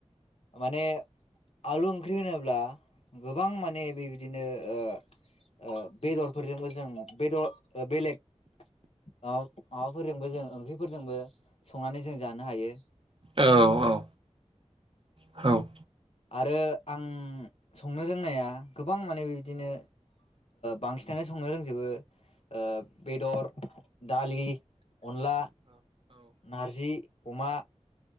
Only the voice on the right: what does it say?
औ औ औ